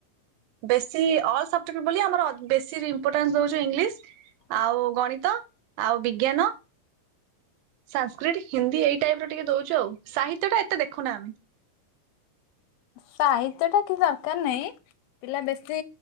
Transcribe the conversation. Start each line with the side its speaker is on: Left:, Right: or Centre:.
Right: ବେଶୀ, ଅଲ୍ ସବଜେକ୍ଟ ବୋଲି ଆମର ବେଶୀରି ଇମ୍ପୋଟାନ୍ସ ଦଉଛୁ ଇଂଲିଶ, ଆଉ ଗଣିତ, ଆଉ ବିଜ୍ଞାନ ସାନସକ୍ରିଟ, ହିନ୍ଦୀ ଏଇ ଟାଇପ ର ଟିକେ ଦଉଛୁ ଆଉ। ସାହିତ୍ୟ ଟା ଏତେ ଦେଖୁନା ଆମେ।
Left: ସାହିତ୍ୟଟା କିିଛି ଦରକାର ନାହିଁ। ପିଲା ବେଶୀ